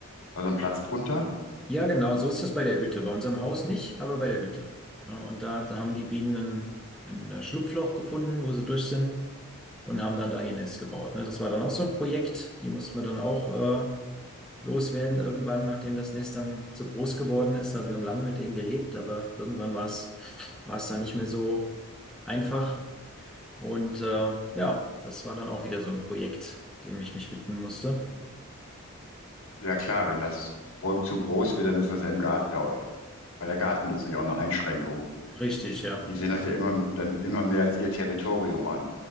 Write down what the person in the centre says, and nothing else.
Ja, genau, so ist es bei der Hütte. Bei unserem Haus nicht, aber bei der Hütte. Ja, und da, da haben die Bienen ein, ein äh, Schlupfloch gefunden, wo sie durch sind und haben dann da ihr Nest gebaut. Ne? Das war dann auch so ein Projekt, die mussten wir dann auch äh, loswerden irgendwann, nachdem das Nest dann zu groß geworden ist. Also wir haben lange mit denen gelebt, aber irgendwann war es war es dann nicht mehr so einfach. Und äh, ja, das war dann auch wieder so ein Projekt, dem ich mich widmen musste.
Richtig, ja,
ja,